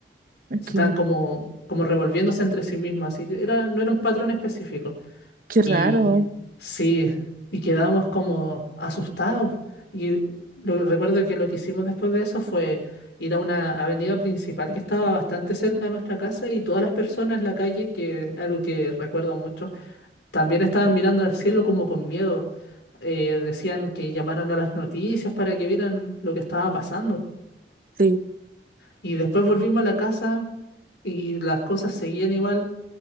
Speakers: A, on the right; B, on the left.
A: ok,
B: se estaban como, como revolviéndose entre sí mismas. Así que era, no era un patrón específico.
A: qué
B: Y
A: raro.
B: sí, y quedamos como asustados. Y lo- recuerdo que lo que hicimos después de eso fue ir a una avenida principal que estaba bastante cerca de nuestra casa y todas las personas en la calle, que es algo que recuerdo mucho, también estaban mirando al cielo como con miedo. Eh, decían que llamaran a las noticias para que vieran lo que estaba pasando.
A: Sí.
B: Y después volvimos a la casa y las cosas seguían igual